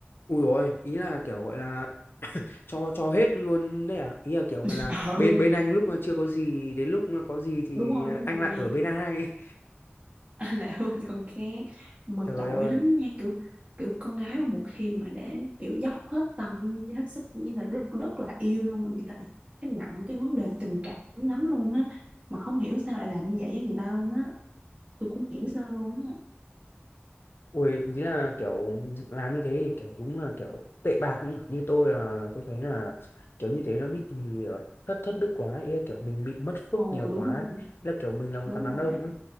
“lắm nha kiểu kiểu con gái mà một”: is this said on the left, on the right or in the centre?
Right